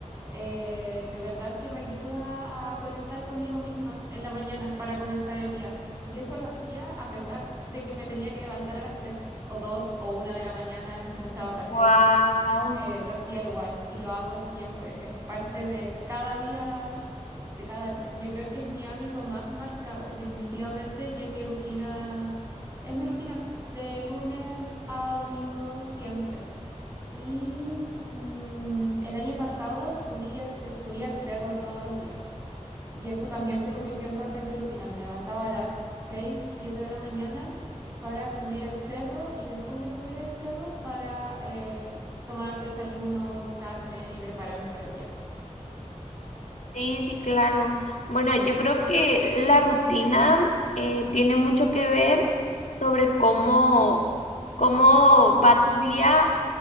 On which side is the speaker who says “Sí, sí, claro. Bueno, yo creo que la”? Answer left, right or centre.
Left